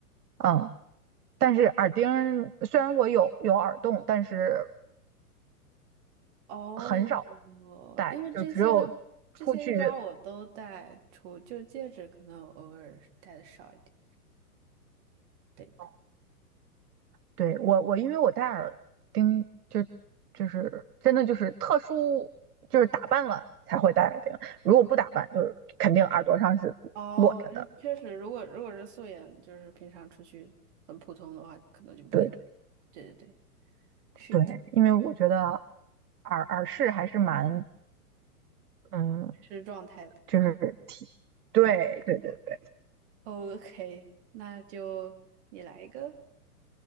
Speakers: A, on the right; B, on the right.
A: 嗯，但是耳钉虽然我有有耳洞，但是
B: 哦，
A: 很少戴，
B: 因为这些这些一般我都戴出，
A: 就只有出去。
B: 就戒指可能我偶尔是戴的少一点。对的。
A: 嗯对，我我因为我戴耳钉，就就是真的就是特殊，就是打扮了才会戴耳钉，如果不打扮，就是肯定耳朵上是裸着的。
B: 哦，这确实，如果如果是素颜，就是平常出去很普通的话，可能就不会戴。
A: 对。
B: 对对对，是的，
A: 对，因为我觉得耳耳饰还是蛮，嗯，
B: 是状态的。
A: 就是挺，对对对对。
B: OK，那就你来一个。